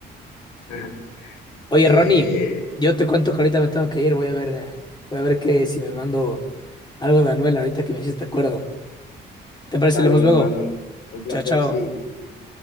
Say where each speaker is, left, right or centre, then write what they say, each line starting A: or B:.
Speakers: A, on the left; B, on the left.
A: <laughs>
B: Oye,
A: Eh,
B: Ronnie, yo te cuento que ahorita me tengo que ir, voy a ver, eh, voy a ver que si me mando algo de Anuel ahorita que me hiciste acuerdo. ¿Te parece
A: dale,
B: si hablamos
A: mi
B: luego?
A: hermano. Fue un placer,
B: Chao, chao.
A: sí, nos gusta.